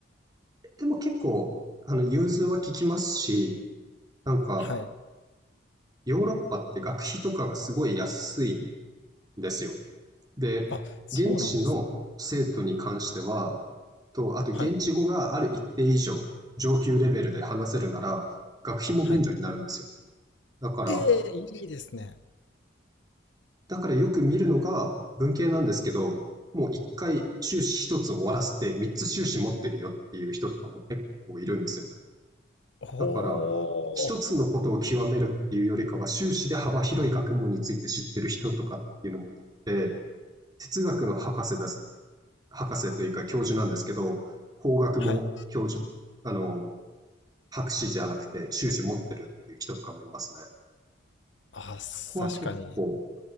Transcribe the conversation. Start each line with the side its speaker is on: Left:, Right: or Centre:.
Right: でも結構、あの、融通は効きますし、なんか、
Left: はい。
Right: ヨーロッパって学費とかがすごい安いんですよ。で、
Left: あ、そうなんですか。
Right: 現地の生徒に関しては、と、あと現地語がある一定以上、
Left: はい。
Right: 上級レベルで話せるなら、学費も免除になるんですよ。
Left: はい。
Right: だから、
Left: ええいいですね。
Right: だからよく見るのが文系なんですけど、もう一回修士一つ終わらせて三つ修士持ってるよっていう人とかも結構いるんですよね。
Left: おお。
Right: だから一つのことを極めるっていうよりかは修士で幅広い学問について知ってる人とかっていうのもいて、哲学の博士です。博士というか教授なんですけど、法学も教授、
Left: はい。
Right: あの、博士じゃなくて修士持ってるっていう人とかもいますね。
Left: あ、す確かに。
Right: そこは結構